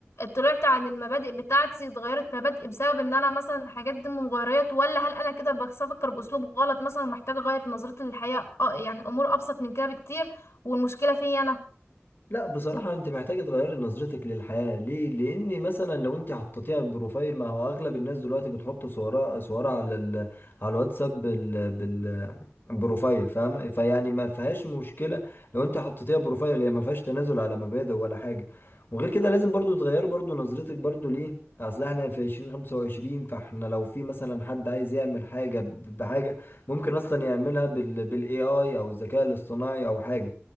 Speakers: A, on the left; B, on the left.
A: طلعت عن المبادئ بتاعتي اتغيرت مبادئي بسبب ان انا مثلا حاجات دي مغيرات ولا هل انا كده بفكر باسلوب غلط مثلا محتاجة اغير نظرتي للحياة اه يعني الامور ابسط من كده بكتير والمشكلة فيا انا
B: لا بصراحة انت محتاجة تغيري نظرتك للحياة ليه؟ لان مثلا لو انت حطيتيها بروفايل ما هو اغلب الناس دلوقتي بتحط صورها صورها على ال... على الواتساب بال... بال... بروفايل فاهمة؟ فيعني ما فيهاش مشكلة لو انت حطيتيها بروفايل هي ما فيهاش تنازل على مبادئ ولا حاجة وغير كده لازم برضو تغير برضو نظرتك برضو ليه؟ اصل احنا في عشرين خمسة وعشرين فاحنا لو في مثلا حد عايز يعمل حاجة ب- بحاجة ممكن اصلا يعملها بال... بالاي اي او الذكاء الاصطناعي او حاجة